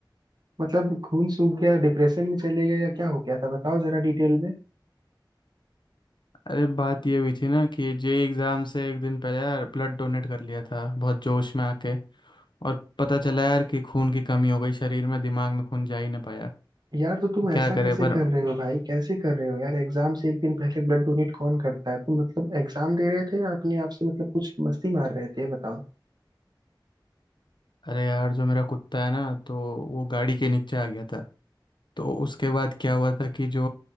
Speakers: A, on the right; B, on the left.
A: मतलब खून सूख गया डिप्रेशन में चले गए या क्या हो गया था बताओ जरा डिटेल में
B: अरे बात ये हुई थी ना कि जेई एग्जाम से एक दिन पहले यार ब्लड डोनेट कर लिया था बहुत जोश में आके और पता चला यार कि खून की कमी हो गई शरीर में दिमाग में खून जा ही ना पाया
A: यार तो तुम ऐसा
B: क्या करे
A: कैसे
B: पर
A: कर रहे हो भाई कैसे कर रहे हो यार एग्जाम से एक दिन पहले ब्लड डोनेट कौन करता है तुम मतलब एग्जाम दे रहे थे या अपने आप से मतलब कुछ मस्ती मार रहे थे ये बताओ
B: अरे यार जो मेरा कुत्ता है ना तो वो गाड़ी के नीचे आ गया था तो उसके बाद क्या हुआ था कि जो